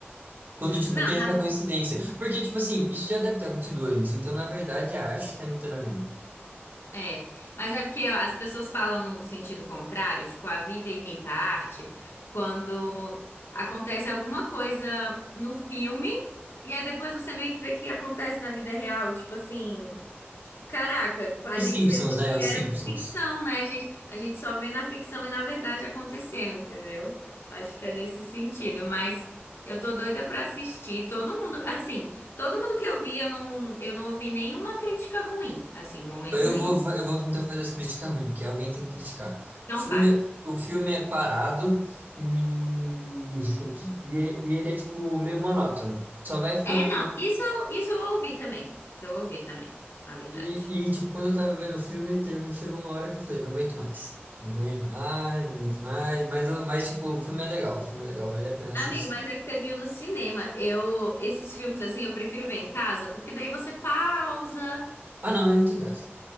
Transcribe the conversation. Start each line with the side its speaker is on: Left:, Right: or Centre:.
Right: Quando, tipo,
Left: Não,
Right: tem
Left: na
Right: essa coincidência. Porque, tipo assim, isso já deve ter acontecido antes. Então, na verdade, é a arte que tá imitando a vida.
Left: É, mas é porque as pessoas falam no sentido contrário, tipo, a vida imita a arte, quando acontece alguma coisa no filme e aí depois você meio que vê que acontece na vida real, tipo assim, tipo, caraca, a
Right: Os
Left: gente
Right: Simpsons,
Left: pensou
Right: né?
Left: que
Right: Os
Left: era
Right: Simpsons.
Left: ficção, né? A gente, a gente só vê na ficção e na verdade aconteceu, entendeu? Acho que é nesse sentido, mas eu tô doida pra assistir. Todo mundo, assim, Todo mundo que eu vi, eu não, eu não ouvi nenhuma crítica ruim, assim, em momento
Right: Eu
Left: nenhum.
Right: vou, fa- eu vou então fazer as críticas ruins, porque alguém tem que criticar.
Left: Não
Right: O filme,
Left: faz.
Right: o filme é parado e, <laughs> e, é- e ele é, tipo, meio monótono. Só vai ficando...
Left: É, não.
Right: mo-
Left: Isso eu, isso eu ouvi também. Isso eu ouvi também, na verdade.
Right: E, e, tipo, quando eu tava vendo o filme, teve, um- chegou uma hora que eu falei, não aguento mais. Não aguento mais, não aguento mais. Mas, eu- mas, tipo, o filme é legal. O filme é legal, vale a pena assistir.
Left: Amigo, mas é que você viu no cinema. Eu, esses filmes assim, eu prefiro ver em casa, porque daí você pausa.
Right: Ah, não, ele não tem graça.